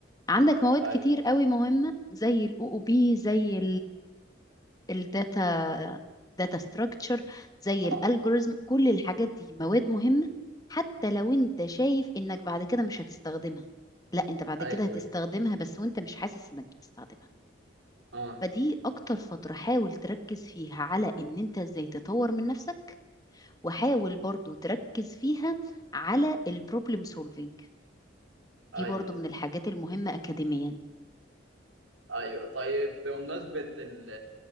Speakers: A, on the left; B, on the right.
A: عندك مواد
B: أيوه
A: كتير قوي مهمة زي الاو او بي زي الداتا داتا ستراكشر زي
B: آه
A: الالجوريزم كل الحاجات دي مواد مهمة حتى لو انت شايف انك بعد كده مش هتستخدمها لا انت بعد
B: أيوه
A: كده هتستخدمها
B: أيوه
A: بس وانت مش حاسس انك بتستخدمها
B: آه
A: فدي اكتر فترة حاول تركز فيها على ان انت ازاي تطور من نفسك وحاول برضو تركز فيها على البروبلم سولفينج
B: أيوه
A: دي برضو من الحاجات المهمة اكاديميا
B: ايوه طيب بمناسبة ال-